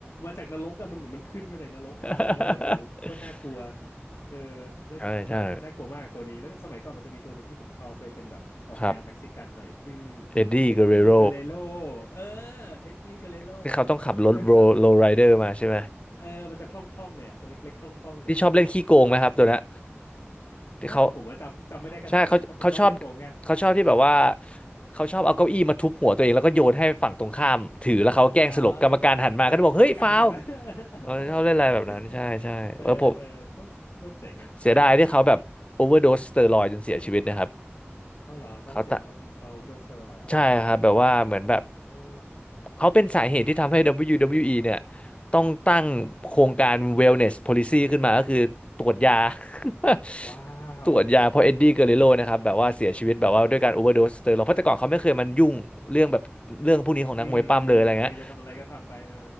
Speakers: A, on the left; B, on the left.
A: มาจากนรกอะมันเหมือนมันขึ้นมาจากนรกอะเออแบบโอ้โหโคตรน่ากลัว
B: <laughs>
A: เออแล้วแบบน่ากลัวมากตัวนี้แล้วก็สมัยก่อนมันจะมีตัวหนึ่งที่ผมชอบไปเป็นแบบออกแนวเม็กซิกันหน่อยชื่อ
B: ใช่ใช่ครับเอ็ดดี้เกเรโร
A: เอ็ดดี้เกเรโลเออเอ็ดดี้เกเรโล
B: ที่เขาต้องขับรถโรโรไรเดอร์มาใช่ไหม
A: แม่งแบบเออมันจะคล่องๆหน่อยอะตัวเล็กๆคล่องๆหน่อยอะ
B: ที่ชอบเล่นขี้โกงไหมครับตัวเนี้ยที่เขา
A: ถ้าผมว่าจำจำไม่ได้ขนาดนั้นแต่มันชอบเล่นโกงแค่
B: ใช่เขาเขาชอบเขาชอบที่แบบว่าเขาชอบเอาเก้าอี้มาทุบหัวตัวเองแล้วก็โยนให้ฝั่งตรงข้ามถือแล้วเขาแกล้งสลบกรรมการหันมาก็จะบอกเฮ้ยฟาวล์
A: อ๋อแล้วและกรรมการหันมา <laughs>
B: เออชอบเล่นอะไรแบบนั้นใช่ใช่แล้วผม
A: เออเออโคตรโคตรเจ๋งอ่ะ
B: เสียดายที่เขาแบบโอเวอร์โดสสเตียรอยด์จนเสียชีวิตนะครับ
A: อ๋อเหรอเขาเสียเพราะเพราะโอเวอร์โดสเตียรอยด์เหรอ
B: เขาตะ ใช่ครับแบบว่าเหมือนแบบ
A: โอ้
B: เขาเป็นสาเหตุที่ทำให้ WWE เบิลยูดับเบิลยูอีเนี่ยต้องตั้งโครงการ Wellness Policy ขึ้นมาก็คือตรวจยา <laughs>
A: ว้า
B: ตรวจยาเพราะเอ็ดดี้เกเรโรนะครับแบบว่าเสียชีวิตแบบว่าด้วยการโอเวอร์โดสสเตียรอยด์เพราะแต่ก่อนเขาไม่เคยมันยุ่งเรื่องแบบเรื่องพวกนี้ของนักมวยปั้มเลยอะไรเงี้ย
A: วเอออืมอืมใครจะทำอะไรก็ทำไปเออ